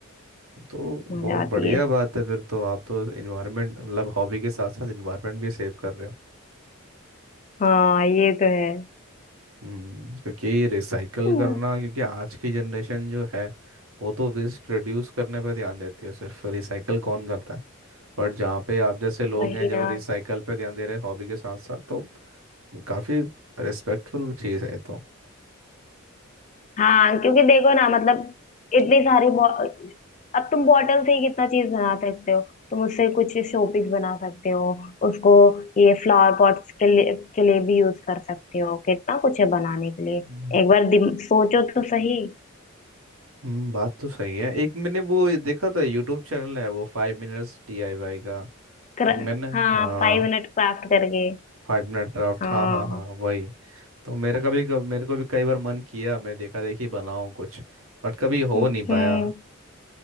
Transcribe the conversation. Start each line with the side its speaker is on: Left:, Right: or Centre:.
Right: तो
Left: मजा
Right: बहुत
Left: आती
Right: बढ़िया
Left: है
Right: बात है फिर तो आप तो इन्वायरमेंट मतलब हॉबी के साथ साथ इन्वायरमेंट भी सेव कर रहे हो
Left: हाँ ये तो है
Right: हम्म, क्योंकि रिसाइकल
Left: हम्म,
Right: करना क्योंकि आज की जनरेशन जो है वो तो वेस्ट प्रोड्यूस करने पे ध्यान देती है सिर्फ रिसाइकल कौन करता है बट जहाँ पे आप जैसे लोग
Left: वही
Right: हैं जो
Left: ना
Right: रिसाइकल पे ध्यान दे रहे हैं हॉबी के साथ साथ तो काफी रिस्पेक्टफुल चीज़ है ये तो
Left: हाँ क्योंकि देखो ना मतलब इतनी सारी बो- अब तुम बॉटल से ही कितना चीज बना सकते हो तुम उससे कुछ शोपीस बना सकते हो उसको ये फ्लावर पॉट्स के लिए के लिए भी यूज कर सकते हो कितना कुछ है बनाने के लिए
Right: हम्म
Left: एक बार दिम, सोचो तो सही
Right: हम्म, बात तो सही है एक मैंने वो देखा था यूट्यूब चैनल है वो फाइव मिनट्स डीआईवाई का
Left: कर,
Right: मैंने
Left: हाँ
Right: हाँ
Left: फाइव मिनट क्राफ्ट करके
Right: फाइव मिनट क्राफ्ट
Left: हाँ
Right: हाँ हाँ हाँ वही तो मेरे का भी मेरे को भी कई बार मन किया मैं देखा देखी बनाऊं कुछ बट कभी हो
Left: हम्म
Right: नहीं पाया
Left: हम्म,